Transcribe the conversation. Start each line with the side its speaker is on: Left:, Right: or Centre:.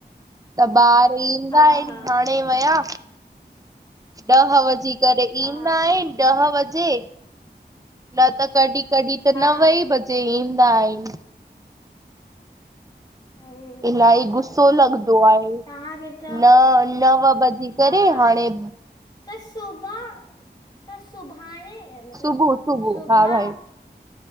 Right: त ॿार ईंदा
Left: हा
Right: आहिन।
Left: हा
Right: हाणे वया। ॾह वजेी करे
Left: हा
Right: ईंदा आहिन। ॾह वजे। न त कॾहिं कॾहिं त
Left: हा
Right: नव ई बजे ईंदा आहिन।
Left: अड़े
Right: इलही गुसो लॻंदो आहे।
Left: तव्हांखे त
Right: न नव बजेी करे।
Left: हा
Right: हाणे
Left: त सुभह, त सुभाणे ऐं मतलब
Right: सुबुह सुबुह
Left: शोभा
Right: हा भाई